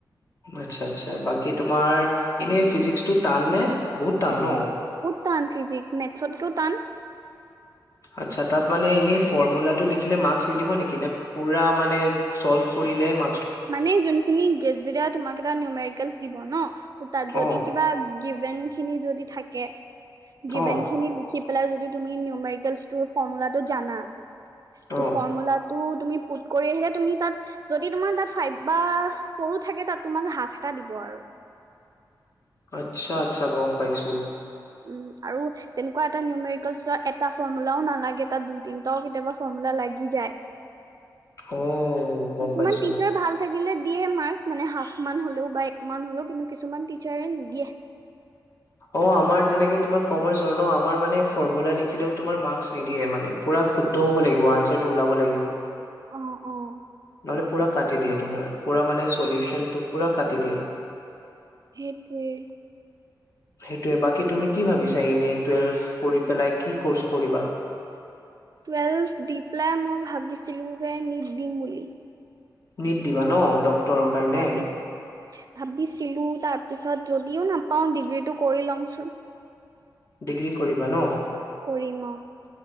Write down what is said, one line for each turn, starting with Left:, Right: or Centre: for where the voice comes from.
Left: আচছা-আচছা, বাকী তোমাৰ এনে ফিজিক্স টো টান নে? বহুত টান ন।
Right: টান ফিজিক্স, মেথছতকও টান।
Left: আচ্ছা, তাত মানে ইনেই ফৰ্মুলাটো লিখিলে মাৰ্কচ নিদিব নেকি নে পুৰা মানে চ'ল্ভ কৰিলে ম্
Right: মানে যোনখিনি যেতিয়া তোমাক এটা নিয়মাৰ কেলছ দিব ন ত তাত যদি
Left: অ
Right: কিবা গিভেণ্টখিনি যদি থাকে গিভেন
Left: অ
Right: খিনি লিখি পেলাই যদি তুমি নিউমেৰিকেল তোৰ ফৰ্মুলাটো জানা, তোৰ
Left: অ
Right: ফৰ্মুলা টো তুমি পোট কৰি আহিলে তুমি তাত যদি তোমাৰ ফাইভ বা ফৌৰ ও থাকে তাত তোমাক হাফ এটা দিব আৰু।
Left: আচ্ছা-আচ্ছা, গম পাইছো।
Right: উম আৰু তেনেকুৱা এটা নিউমেৰিকেলছ এটা ফৰ্মুলাও নালাগে, তাত দুই তিনটাও কেতিয়াবা ফৰ্মুলা লাগি যায়।
Left: অ' গম
Right: কিছুমান
Left: পাইছো
Right: টিচাৰ ভাল থাকিলে দিয়ে মাৰ্ক মানে হাফ মান হ'লেও বা এক মান্ হ'লেও, কিন্তু কিছুমান টিচাৰে নিদিয়ে।
Left: অঁ আমাৰ যেনেকে তোমাৰ কমাৰ্চৰ ন, আমাৰ মানে ফৰ্মুলা লিখিলেও তোমাৰ মাৰ্ক্স নিদিয়ে মানে, পোৰা শুদ্ধ হ'ব লাগিব, আনচাৰটো ওলাব লাগিব।
Right: অঁ, অঁ।
Left: মানে পুৰা কাটি দিয়ে তোমাৰ। পুৰা মানে চলিউচনটো পুৰা কাটি দিয়ে।
Right: সেইটোৱে।
Left: সেইটোৱে বাকী তুমি কি ভাবিছা এনেই টুৱেলভ কৰি পেলাই কি কৰ্চ কৰিবা?
Right: টুৱেলভ দি পেলাই মই ভাবিছিলো যে নিট দিম বুলি।
Left: নিট দিবা ন? ডক্তৰৰ
Right: অ
Left: কাৰণে।
Right: ভাবিছ ভাবিছিলো তাৰ পিছত যদিও নাপাও ডিগ্ৰীটো কৰি লমচোন।
Left: ডিগ্ৰী কৰিবা ন?
Right: কৰিম অ'। উ